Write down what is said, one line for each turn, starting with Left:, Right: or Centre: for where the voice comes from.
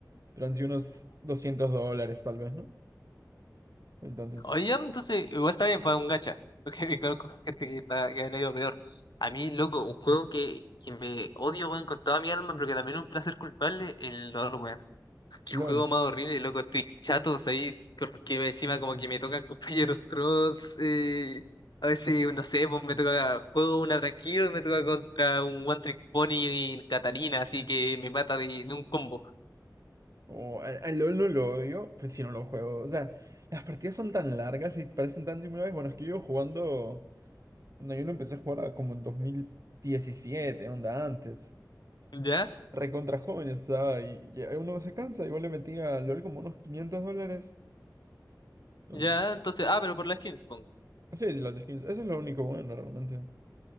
Right: pero han sido unos 200 dólares tal vez, ¿no? Entonces,
Left: Oye, ya, entonces, igual está bien para un gacha. <laughs> Porque me conozco gente que, está, que le ha ido peor. A mí, loco, un juego que, que me odio, weón, con toda mi alma, pero que también es un placer culpable, el LOL, weón. Qué
Right: LOL.
Left: juego más horrible, loco. Estoy chato, ahí Porque encima como que me tocan <laughs> compañeros trolls. eh, a veces, no sé, pues me toca juego una tranquilo y me toca contra un One Trick Pony y Catarina, así que me mata de, de un combo.
Right: Oh, al al LOL no lo odio, pues si no lo juego. O sea, las partidas son tan largas y parecen tan similares. Bueno, es que yo jugando... Cuando yo lo empecé a jugar como en 2017, onda antes.
Left: ¿Ya?
Right: recontra joven estaba y ya eh, uno no se cansa. Igual le metí a LOL como unos 500 dólares. Entonces,
Left: ¿Ya? Entonces, ah, pero por las skins, pongo.
Right: así sí, las skins. Eso es lo único bueno realmente.